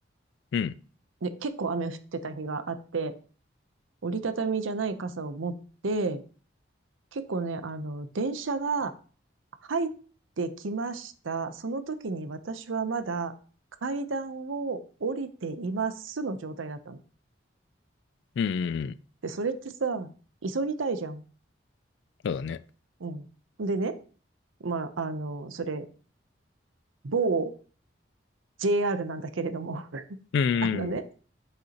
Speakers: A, on the left (about 65°); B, on the right (about 80°).
A: うん、
B: で、結構雨降ってた日があって、折りたたみじゃない傘を持って、結構ね、あの、電車が入ってきました。その時に私はまだ階段を降りていますの状態だったの。
A: うん、うんうん
B: で、それってさ、急ぎたいじゃん。
A: そうだね。
B: うん。でね、まあ、あの、それ、某 JR なんだけれども、<laughs>
A: うん、うん
B: あのね、